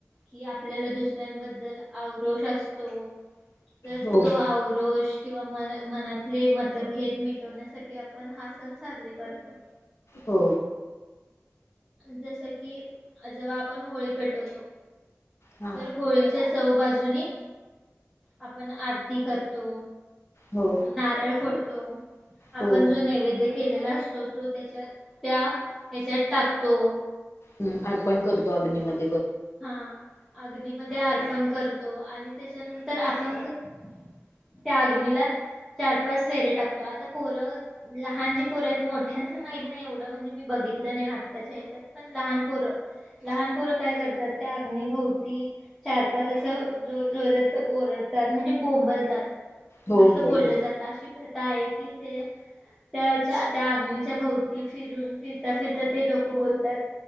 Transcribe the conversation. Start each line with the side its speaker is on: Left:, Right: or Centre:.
Centre: कि आपल्याला दुसऱ्यांबद्दल आवरोष असतो तर
Left: हो
Centre: तो आवरोश किंवा म मनातले मतभेद मिटवण्यासाठी की आपण हा सण साजरीे करतो
Left: हो
Centre: जस की जेव्हा आपण होळी पेटवतो
Left: हा.
Centre: तर होळीच्या चहू बाजूनी आपण आरती करतो
Left: हो
Centre: नारळ फोडतो
Left: हो
Centre: आपण जो नैवेद्य केलेला असतो तो त्याच्या त्या हच्यात टाक तो
Left: हम् अर्पण करतो अग्निमध्येध्ये
Centre: हा अग्नीमध्ये अर्पण करतो आणि त्याच्यानंतर आपण त्या अग्नीला चार पाच फेरे टाकतो आता पोरं लहान जी पोरत मोठ्यांचं माहीत नाही एवढं म्हणजे मी बघ नाही आताच्या हच्यात पण लहान पोर लहान पोरं काय कर तर त्या अग्निभोवती चार पाच असं जोर जोरात ओरडतात म्हणजे बोंबलतात
Left: हो
Centre: असं
Left: हो
Centre: बोललं
Left: हो.
Centre: जातं अशी प्रथा आहे कि ते त्याच्या त्या आग्नीच्या भोवती फिरून फिरता फिरता ते लोक बोलतात